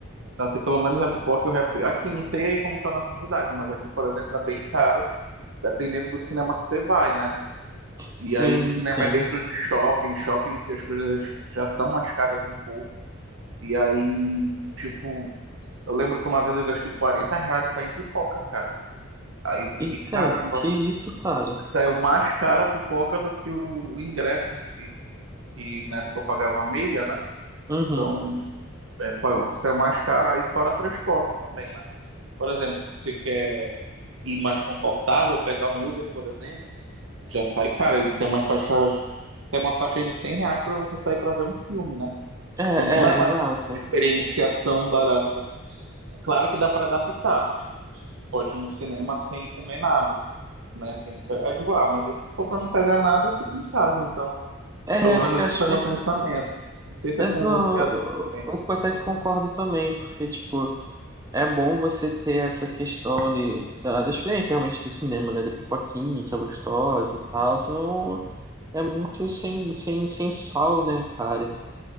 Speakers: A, on the right; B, on the right.
A: Então, assim, pelo menos a pipoca e o refri. Aqui, não sei aí como tá na sua cidade, mas aqui, por exemplo, é bem caro, dependendo do cinema que você vai, né? E
B: Sim,
A: aí, cinema
B: sim.
A: é dentro de shopping, shopping, se as coisas já são mais caras um pouco. E aí, tipo, eu lembro que uma vez eu gastei 40 reais só em pipoca, cara. Aí eu fiquei,
B: Eita,
A: caramba,
B: que isso, cara?
A: saiu mais cara a pipoca do que o o ingresso em si, que na época eu pagava meia, né?
B: Uhum.
A: Então, é, pô, saiu mais caro, aí fora transporte também, né? Por exemplo, se você quer e mais confortável, pegar um Uber, por exemplo, já sai, cara, isso é mais faixa, isso é uma faixa de 100 reais para você sair para ver um filme, né?
B: É, é,
A: Então não é É. mais
B: exato.
A: uma experiência tão barata. Claro que dá para adaptar. Tipo, pode ir no cinema sem comer nada, né? Sem pegar de lá, mas se for para não pegar nada, eu fico em casa, então.
B: É,
A: Pelo
B: porque
A: menos
B: acho
A: esse foi
B: que.
A: meu pensamento. Não sei se
B: Mas
A: é com
B: não,
A: você assim.
B: eu,
A: também.
B: eu eu até que concordo também, porque, tipo, é bom você ter essa questão de, da, da experiência realmente do cinema, né? Da pipoquinha, que é gostosa e tal, senão é muito sem, sem, sem sal, né, cara?